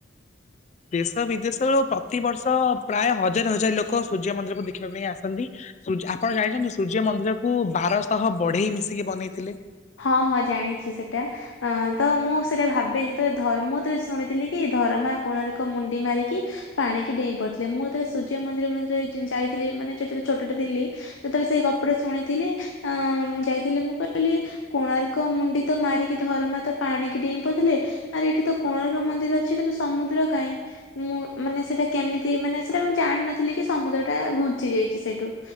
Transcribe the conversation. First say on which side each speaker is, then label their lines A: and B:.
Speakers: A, on the left; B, on the left.
A: ଦେଶ ବିଦେଶରୁ ପ୍ରତିବର୍ଷ ପ୍ରାୟ ହଜାର ହଜାର ଲୋକ ସୂର୍ଯ୍ୟ ମନ୍ଦିରକୁ ଦେଖିବା ପାଇଁ ଆସନ୍ତି। ସୂର୍ଯ୍ୟ ଆପଣ ଜାଣିଛନ୍ତି ସୂର୍ଯ୍ୟ ମନ୍ଦିରକୁ ବାରଶହ ବଢ଼େଇ ମିଶିକି ବନେଇଥିଲେ?
B: ହଁ ହଁ ଜାଣିଛି ସେଟା। ହଁ, ତ ମୁଁ ସେଇଟା ଭାବେ ଯେତେବେଳେ ଧର୍ମ ମୁଁ ଶୁଣିଥିଲି କି ଧରମା କୋଣାର୍କ ମୁଣ୍ଡି ମାରିକି ପାଣିିକି ଡେଇଁ ପଡ଼ିଥିଲେ ମୁଁ ଯେତେବେଳେ ସୂର୍ଯ୍ୟ ମନ୍ଦିର ମଝିରେ ଯାଇଥିଲି ମାନେ ଯେତେବେଳେ ଛୋଟ ଟେ ଥିଲି ଯେତେବେଳେ ସେ ଗପଟା ଶୁଣିଥିଲି ଅଁ ମୁଁ ଯାଇଥିଲି ମୁଁ କହିଲି କୋଣାର୍କ ମୁଣ୍ଡିତ ମାରିକି ଧରମା ତ ପାଣିିକି ଡ଼େଇଁ ପଡ଼ିଥିଲେ ଆରେ ଏଇଠି ତ କୋଣାର୍କ ମନ୍ଦିର ଅଛି କିନ୍ତୁ ସମୁଦ୍ର କାଇଁ। ମୁଁ ମାନେ ସେଇଟା କେମିତି ମାନେ ସେଟା ମୁଁ ଜାଣିିନଥିଲି କି ସମୁଦ୍ରଟା ଘୁଞ୍ଚି ଯାଇଛି ସେଇଠୁ।